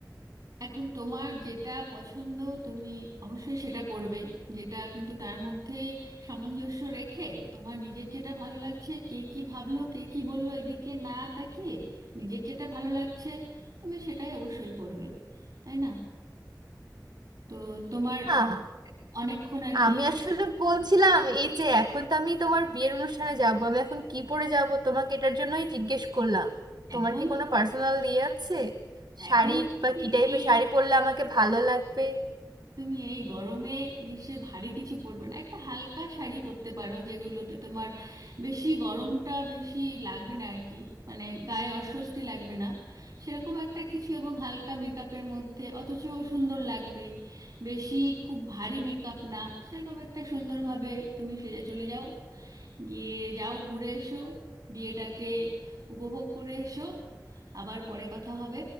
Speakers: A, on the right; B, on the right.
A: এখন তোমার যেটা পছন্দ তুমি অবশ্যই সেটা পড়বে যেটা কিন্তু তার মধ্যেই সামঞ্জস্য রেখে তোমার নিজের যেটা ভালো লাগছে কে কি ভাবলো কে কি বললো এদিকে না তাকিয়ে নিজের যেটা ভালো লাগছে তুমি সেটাই অবশ্যই পড়বে তাই না তো তোমার
B: হ্যাঁ
A: অনেকক্ষণ আর
B: আমি
A: কি
B: আসলে বলছিলাম এই যে এখন তো আমি তোমার বিয়ের অনুষ্ঠানে যাব আমি এখন কি পরে যাব তোমাকে এটার জন্যই জিজ্ঞেস করলাম তোমার
A: এখন
B: কি কোনো পার্সোনাল ইয়ে আছে
A: এখন
B: শাড়ি
A: তুমি
B: বা কি টাইপের
A: এই
B: শাড়ি পরলে আমাকে ভালো লাগবে
A: তুমি এই গরমে নিশ্চয়ই ভারী কিছু পরবে না একটা হালকা শাড়ি পরতে পারো যেগুলোতে তোমার বেশি গরমটা বেশি লাগবে না আর কি মানে গায়ে অস্বস্তি লাগবে না সেরকম একটা কিছু এবং হালকা মেকআপের মধ্যে অথচ সুন্দর লাগবে বেশি খুব ভারী মেকআপ না সেরকম একটা সুন্দরভাবে তুমি সেজে চলে যাও গিয়ে যাও ঘুরে এসো বিয়েটাকে উপভোগ করে এসো আবার পরে কথা হবে